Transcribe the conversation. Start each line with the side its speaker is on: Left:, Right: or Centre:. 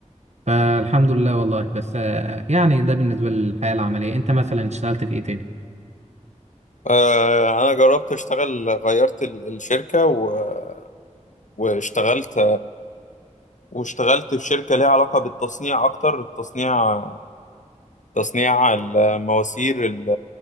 Right: فالحمد لله والله بس آه، يعني ده بالنسبة للحياة العملية انت مثلا اشتغلت في ايه تاني؟
Left: آه أنا جربت أشتغل غيرت ال- الشركة و- واشتغلت واشتغلت في شركة ليها علاقة بالتصنيع أكتر التصنيع تصنيع المواسير ال-